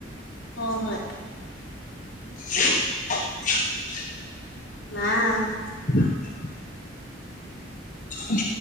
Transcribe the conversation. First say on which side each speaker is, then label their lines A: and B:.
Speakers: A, on the left; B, on the left.
A: ꯍꯣ ꯍꯣꯏ
B: <inaudible>
A: ꯃꯥ
B: <inaudible> ꯎ